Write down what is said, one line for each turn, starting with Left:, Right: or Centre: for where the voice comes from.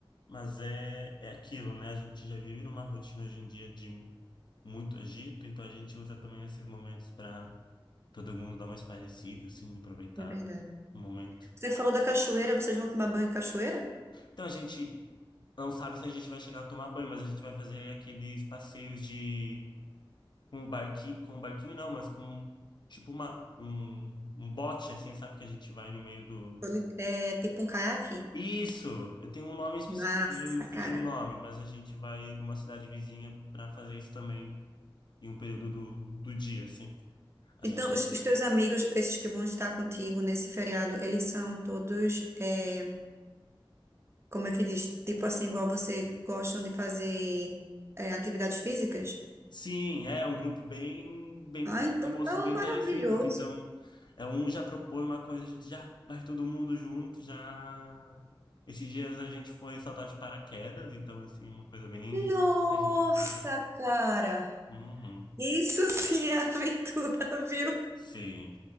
Left: Mas é, é aquilo, né? A gente já vive numa rotina hoje em dia de muito agito, então a gente usa também esses momentos para todo mundo dar mais parecido, assim, aproveitar
Right: é verdade.
Left: o momento.
Right: Você falou da cachoeira, vocês vão tomar banho em cachoeira?
Left: Então a gente não sabe se a gente vai chegar a tomar banho, mas a gente vai fazer aqueles passeios de com o barquinho, com o barquinho não, mas com tipo uma um, um bote assim, sabe que a gente vai no meio do
Right: Oli- É tipo um caiaque?
Left: Isso, eu tenho um nome específico,
Right: Massa,
Left: eu me fugiu
Right: cara.
Left: o nome, mas a gente vai numa cidade vizinha para fazer isso também em um período do, do dia, assim. A gente
Right: Então, os, os teus amigos, esses que vão estar contigo nesse feriado, eles são todos é, como é que diz? Tipo assim, igual você gostam de fazer é, atividades físicas?
Left: Sim, é um grupo bem, bem,
Right: Ah, então
Left: com gostos
Right: tá um
Left: bem
Right: maravilhoso.
Left: parecidos, então é um já propõe uma coisa, a gente já vai todo mundo junto, já esses dias a gente foi saltar de paraquedas, então assim, uma coisa bem
Right: Nossa,
Left: que a gente faz.
Right: cara!
Left: Uhum,
Right: Isso sim é <laughs> aventura, viu?
Left: sim.